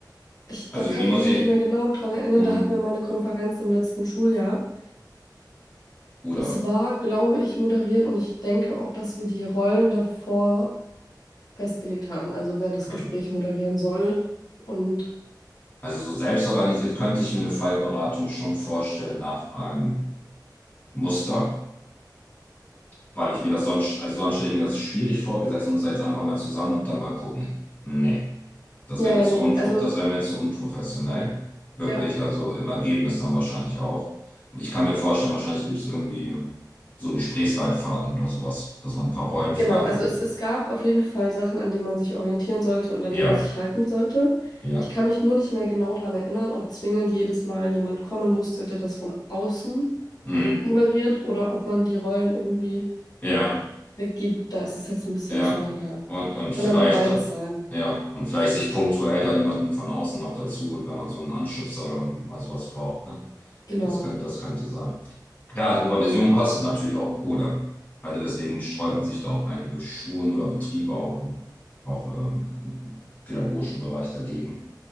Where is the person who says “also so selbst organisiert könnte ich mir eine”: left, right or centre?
Left